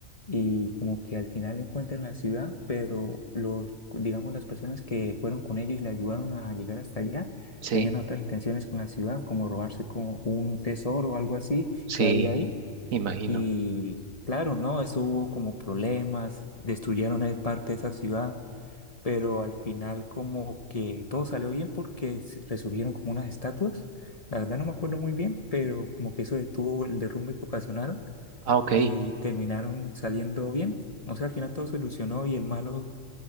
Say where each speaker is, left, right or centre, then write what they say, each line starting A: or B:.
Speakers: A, on the left (about 30°); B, on the right (about 85°).
A: y como que al final encuentran la ciudad, pero los, digamos, las personas que fueron con ellos y le ayudaron a llegar hasta allá
B: Sí,
A: tenían otras intenciones con la ciudad, como robarse como un tesoro o algo así
B: sí,
A: que había ahí.
B: imagino.
A: Y claro, no, eso hubo como problemas, destruyeron eh, parte de esa ciudad pero al final como que todo salió bien porque se- resurgieron como unas estatuas. La verdad no me acuerdo muy bien, pero como que eso detuvo el derrumbe que ocasionaron
B: Ah, ok,
A: y terminaron saliendo bien. O sea, al final todo se solucionó y el malo